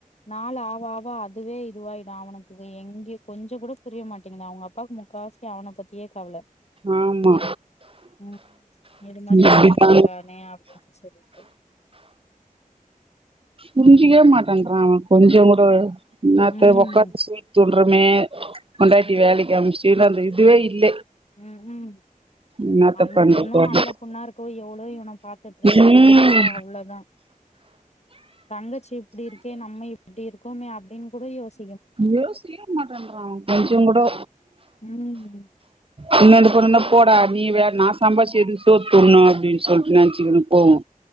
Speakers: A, on the left; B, on the right.
A: நாள் ஆவ ஆவா அதுவே இதுவாயிடு அவனுக்கு எங்கயு கொஞ்சோ கூட புரியமாட்டீங்கிது அவுங்க அப்பாவுக்கு முக்காவாசி அவன பத்தியே கவல
B: ஆமா
A: ம் இது மாரி
B: அப்டிதா
A: பண்ணிட்டு இருக்கானே அப்டின்னு சொல்லிட்டு
B: புரிஞ்சிக்கவே மாட்டான்றா அவ கொஞ்சோ கூட என்னத்த
A: ம்
B: உக்கார வச்சி துன்றோமே பொண்டாட்டிய வேலைக்கு அம்ச்சிட்டு அந்த இதுவே இல்ல
A: ம் ம்
B: என்னாத்த
A: அந்த
B: பண்றது
A: பொண்ணு
B: அத
A: நல்ல பொண்ணா இருக்கவு எவ்ளோ இவன பாத்துட்டு இருக்கு
B: ம்
A: இல்லனாக்கா அவ்ளோதா தங்கச்சி இப்படிருக்கே நம்ம இப்டி இருக்கோமே அப்டின்னு கூட யோச
B: யோசிக்கவே மாட்டன்றா அவன் கொஞ்சோ கூடு
A: ம் ம்
B: இன்னு எந்த பொண்ணுனா போடா நீ வேற நா சம்பார்ச்சி எதுக்கு சோர் துண்ணோ அப்டின்னு சொல் நெனச்சுக்குனு போவு